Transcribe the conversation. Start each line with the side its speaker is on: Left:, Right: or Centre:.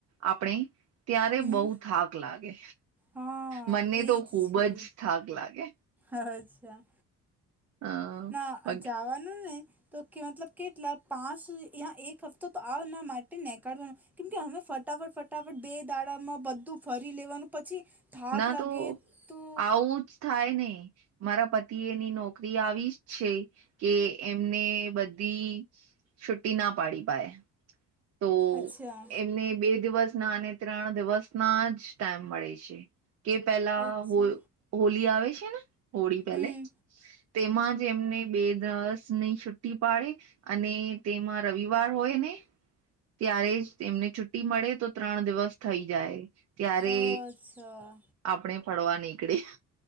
Right: આપણે ત્યારે
Centre: હમ
Right: બઉ થાક લાગે
Centre: હા
Right: મને
Centre: એ
Right: તો ખુબ
Centre: છે
Right: જ થાક લાગે.
Centre: અચ્છા.
Right: અ
Centre: ના
Right: બાકી
Centre: જાવાનું ને. તો કે મતલબ કે એટલા પાંચં એક હફ્તો તો આવના માટે નહીં કાઢવાનું કેમ કે અમે ફટાફટ ફટાફટ બે દાડામાં બધું ફરી લેવાનું પછી થાક
Right: ના
Centre: લાગે
Right: તો
Centre: તો
Right: આવું જ થાય ની મારા પતિ એની નોકરી આવી જ છે કે એમને બધી છુટી ના પાડી પાય તો
Centre: અચ્છા
Right: એમને બે દિવસ નાને ત્રણ દિવસ ના જ ટાઈમ મળે છે કે પેલા
Centre: અચ્છા
Right: હો હોલી આવે છે ને હોળી પેલે
Centre: હમ
Right: તેમાં જ એમને બે દસ ની છુટી પાડે અને તેમાં રવિવાર હોય ને ત્યારે જ તેમને છુટી મળે તો ત્રણ દિવસ થઈ જાય ત્યારે
Centre: અચ્છા
Right: આપણે ફડવા નીકળે.